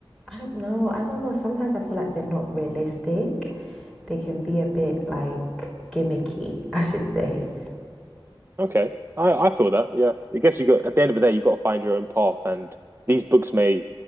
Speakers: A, in the centre; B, on the right.
A: I don't know, I don't know. Sometimes I feel like they're not realistic. They can be a bit like gimmicky, <laughs> I should say.
B: Okay, I I feel that. Yeah, I guess you got at the end of the day, you got to find your own path, and these books may